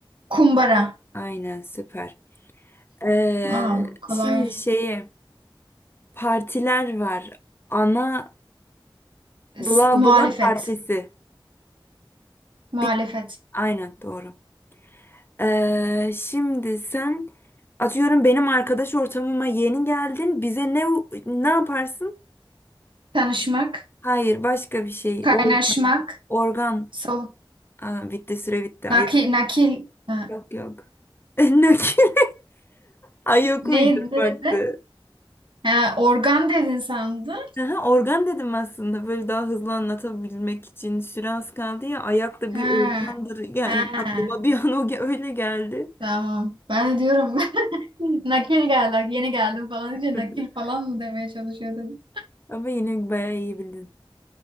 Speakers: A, on the right (about 65°); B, on the left (about 25°).
A: Kumbara.
B: Aynen süper. Ee,
A: Wow, kolay.
B: şimdi şeyi partiler var. Ana
A: S-
B: bla
A: muhalefet.
B: bla partisi.
A: Muhalefet.
B: Bir, aynen doğru. Ee, şimdi sen atıyorum benim arkadaş ortamıma yeni geldin. Bize ne ne yaparsın?
A: Tanışmak.
B: Hayır, başka bir şey.
A: Kaynaşmak.
B: Or- organ.
A: Sol.
B: Aa, bitti süre bitti.
A: Nakil.
B: Ay,
A: Nakil. Ha,
B: yok yok. <laughs> Nakil. Ay yok
A: Ne,
B: uydurmaktı.
A: ne dedi? Ha, organ dedin sandım.
B: Aha, organ dedim aslında böyle daha hızlı anlatabilmek için süre az kaldı ya ayak da
A: Ha.
B: bir organdır yani
A: Ha.
B: aklıma bir an o ge- öyle geldi.
A: Tamam. Ben de diyorum <laughs> nakil geldi. Yeni geldim falan
B: <laughs>
A: diye nakil falan mı demeye çalışıyordum.
B: Ama yine bayağı iyi bildin.